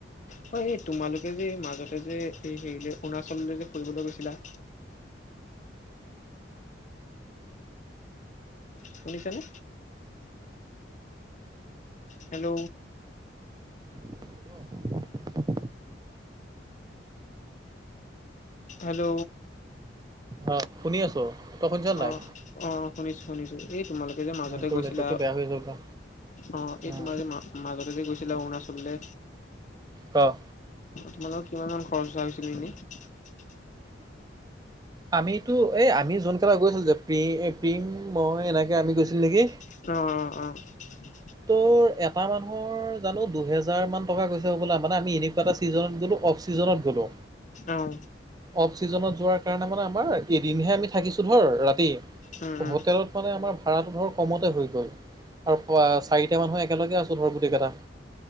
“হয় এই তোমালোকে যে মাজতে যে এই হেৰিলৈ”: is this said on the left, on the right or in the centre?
Left